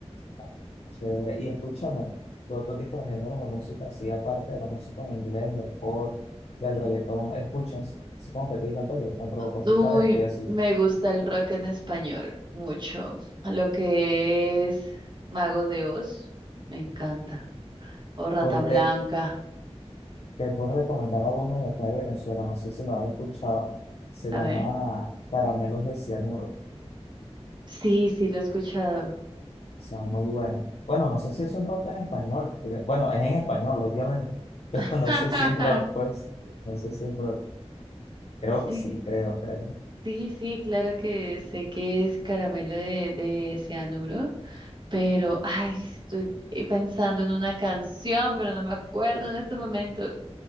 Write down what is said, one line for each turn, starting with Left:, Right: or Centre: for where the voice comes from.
Left: Ah, Chévere. Y escúchame, ¿qué otro tipo de géneros de música, así aparte de la música en inglés, del pop, del reggaetón, escuchas? Así como que te digan, oye, me provoca
Right: Uy,
Left: escuchar este, así.
Right: me gusta el rock en español, mucho. Lo que es Mago de Oz, me encanta. O Rata
Left: Oye,
Right: Blanca,
Left: te, te puedo recomendar a uno de acá de Venezuela, no sé si lo has escuchado. Se llama
Right: a ver.
Left: Caramelos de Cianuro.
Right: Sí, sí, lo he escuchado.
Left: Son muy buenos. Bueno, no sé si es un rock en español. pero- Bueno, es en español, obviamente, <laughs> pero
Right: <laughs>
Left: no sé si es rock, pues. No sé si es rock. Creo
Right: Sí,
Left: que sí, creo, creo.
Right: sí, sí, claro que sé que es caramelo de, de cianuro. Pero, ay, estoy pensando en una canción, pero no me acuerdo en este momento.